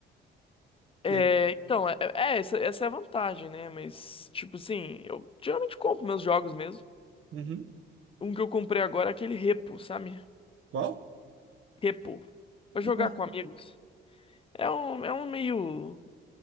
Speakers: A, on the left; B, on the right.
A: É,
B: E aí,
A: então, é, é, essa, essa é a vantagem, né? Mas, tipo assim, eu geralmente compro meus jogos mesmo.
B: uhum.
A: Um que eu comprei agora é aquele Repo, sabe?
B: Qual?
A: Repo. Pra jogar
B: Não.
A: com amigos. É um, é um meio.